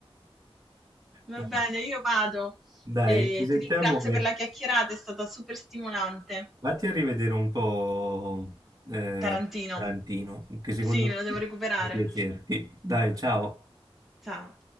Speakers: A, in the centre; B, on the right.
A: Va
B: Dai.
A: bene, io vado.
B: Dai,
A: Eh,
B: ci sentiamo
A: ti ringrazio
B: e
A: per la chiacchierata, è stata super stimolante.
B: vatti a rivedere un po' eh,
A: Tarantino.
B: Tarantino, che secondo
A: Sì, me lo devo
B: me
A: recuperare.
B: può piacerti. Dai, ciao.
A: Ciao.